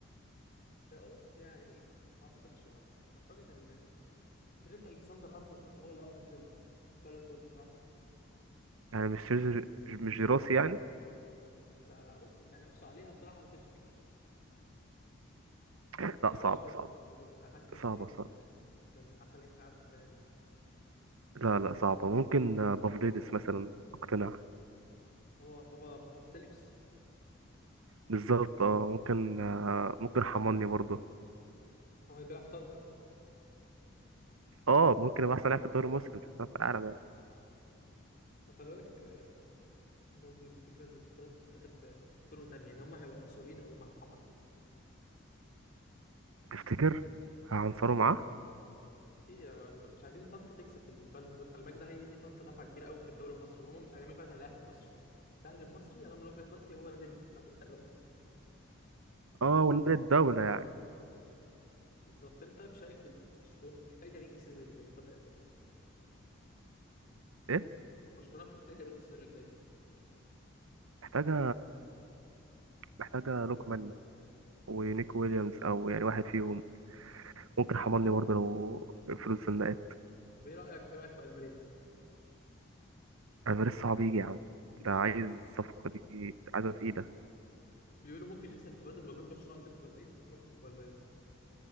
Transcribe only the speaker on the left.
هو بس يعني ما اعتقدش اعتقد ان ترينت الكسندر ارنولد هو الاقرب للبالون دور بصراحه
لا لا بص اللي هينافسوا عليها بصراحه هو تير شتيجن،
يعني دي من
وجهه
نظري من وجهه نظري انا حاسس تير
شتيجن
كان احسن لعيب في العالم السنه دي
هو بابا بابا فاسيليوس
هو اللي بيلعب في طنطا
فخلي بالك برضو الفكره ان البطولات دي بتتاخد بطرق تانية يعني هم هيبقوا عنصريين او مع
ايه مش عايزين طنطا تكسب البالون دور خلي بالك ده هيدي طنطا دفعه كبيره قوي في الدوري المصري وهم مش هيعملوا كده عشان الاهلي المصري الاهلي المصري انا من وجهه نظري هو نادي الدوري المصري
بالظبط انت شايف ال- برشلونه محتاجه مين السيزون الجاي طب إيه كده؟
برشلونه محتاجه مين السيزون الجاي
طب ايه رايك ايه رايك في الفاريز
بيقولوا ممكن يحصل تبادل ما بين برشلونه واتلتيكو مدريد وربط والفاريز